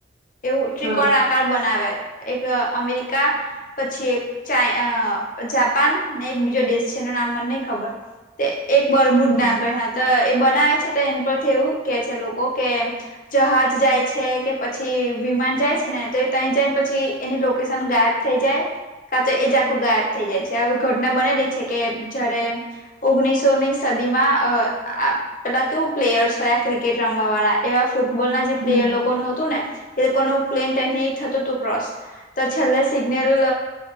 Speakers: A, on the left; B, on the right.
A: એવું ત્રિકોણ
B: હા
A: આકાર બનાવે એક અમેરિકા પછી એક ચાચ અ જાપાન ને એક બીજો દેશ છે એનું નામ મને નહી ખબર તે એક બરો બુટ
B: હમ
A: <inaudible>
B: હમ
A: ડમ કર એ બનાવે છે તો એ પરથી એવું કે છે લોકો કે જહાજ જાય છે કે પછી તે વિમાન જાય છે ને તો ત જઈને પછી એની લોકેશન ગાયબ થઈ જાય કા તો એ જ આખું ગાયબ થઈ જાય છે આવી ઘટના બનેલી છે કે જયારે ઓગ્ણીસોની સદીમાં અ પેલા કેવું પ્લેયર્સ હોયા ક્રિકેટ રમવા વાળા એવા ફૂટબોલ ના જે
B: હમ
A: પ્લેયર લોકોનું હતું ને તે લોકો નુ પ્લેન ત્યાંથી થતું હતું ક્રોસ તો છેલ્લે સિગ્નલ